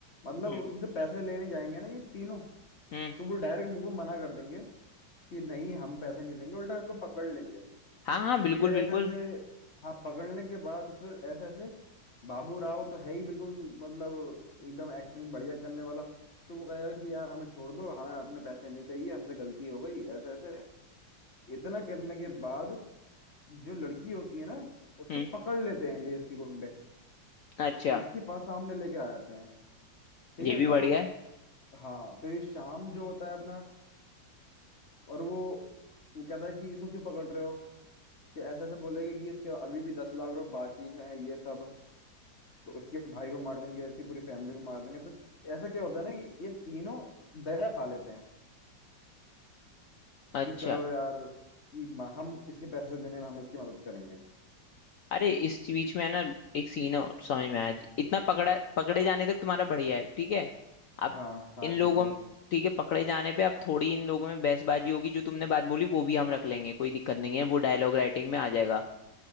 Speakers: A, on the left; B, on the left.
A: मतलब
B: हम्म
A: उनसे पैसे लेने जाएंगे ना ये तीनों
B: हम्म
A: तो वो डायरेक्ट मुंह पे मना कर देंगे कि नहीं हम पैसे नहीं देंगे उल्टा उनको पकड़ लेंगे
B: हाँ हाँ बिल्कुल
A: फिर
B: बिल्कुल
A: ऐसे ऐसे हाँ पकड़ने के बाद फिर ऐसे ऐसे बाबू राव तो है ही बिल्कुल मतलब एकदम एक्टिंग बढ़िया करने वाला तो वो कहेगा कि यार हमें छोड़ दो हमें अपने पैसे नहीं चाहिए हमसे गलती हो गई ऐसे ऐसे इतना करने के बाद जो लड़की होती है ना उसको
B: हम्म
A: पकड़ लेते हैं ये इसके गुंडे और
B: अच्छा
A: उसके पास सामने लेके आ जाते हैं ठीक
B: ये
A: है
B: भी
A: तो
B: बढ़िया है
A: हाँ तो ये शाम जो होता है अपना और वो वो कहता है कि इसको क्यों पकड़ रहे हो कि ऐसे ऐसे बोलेगा कि इसके अभी भी दस लाख रुपए बाकी हैं ये सब तो इसके भाई को मार देंगे इसकी पूरी फैमिली को मार देंगे तो ऐसा क्या होता है ना कि ये तीनों दया खा लेते हैं
B: अच्छा
A: कि चलो यार कि म- हम इसके पैसे देने में हम इसकी मदद करेंगे
B: अरे इस बीच में है ना एक सीन है समझ में आया इतना पकड़ा पकड़े जाने तक तुम्हारा बढ़िया है ठीक है अब
A: हाँ हाँ
B: इन लोगों
A: ठीक है
B: ठीक है पकड़े जाने पे अब थोड़ी इन लोगों में बहसबाजी होगी जो तुमने बात बोली वो भी हम रख लेंगे कोई दिक्कत नहीं है वो डायलॉग राइटिंग में आ जाएगा